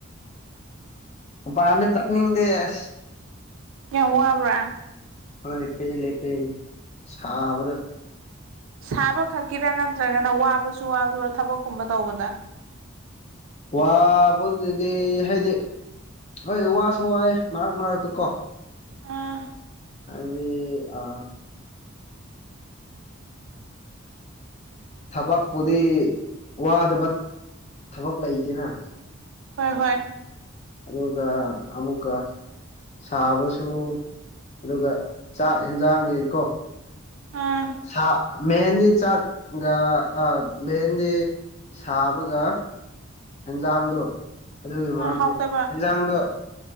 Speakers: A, on the left (about 30°); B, on the right (about 75°).
A: ꯄꯥꯅ ꯆꯠꯅꯤꯡꯗꯦꯁ
B: ꯌꯥꯝ ꯋꯥꯕ꯭ꯔꯥ
A: ꯑ ꯂꯩꯀꯦ ꯂꯩꯀ ꯁꯥꯕꯗ
B: ꯁꯥꯕ ꯈꯛꯀꯤꯔ ꯅꯠꯇ꯭ꯔꯒꯅ ꯋꯥꯕꯁꯨ ꯋꯥꯕꯔꯣ ꯊꯕꯛꯀꯨꯝꯕ ꯇꯧꯕꯗ
A: ꯋꯥꯕ ꯑꯗꯨꯗꯤ ꯍꯥꯏꯗꯤ ꯍꯣꯏ ꯋꯥꯁꯨ ꯋꯥꯌꯦ ꯃꯔꯛ ꯃꯔꯛꯇ ꯀꯣ
B: ꯑꯥ
A: ꯑꯗꯨꯗꯒꯤ ꯑ ꯊꯕꯛꯄꯨꯗꯤ ꯋꯥꯗꯕ ꯊꯕꯛ ꯂꯩꯇꯦꯅ
B: ꯍꯣꯏ ꯍꯣꯏ
A: ꯑꯗꯀ ꯑꯃꯨꯀꯥ ꯁꯥꯕꯁꯨ ꯑꯗꯨꯒ ꯆꯥꯛ ꯌꯦꯟꯖꯥꯡꯒꯤꯀꯣ
B: ꯑꯥ
A: ꯁꯥ ꯃꯦꯟꯗꯤ ꯆꯥꯛꯒ ꯑ ꯃꯦꯟꯗꯤ ꯁꯥꯕꯒ ꯍꯦꯟꯖꯥꯡꯗꯣ ꯑꯗꯨꯒꯤ ꯃꯔꯝꯅꯤ
B: ꯑꯥ ꯍꯥꯎꯇꯕ
A: ꯍꯦꯟꯖꯥꯡꯗꯣ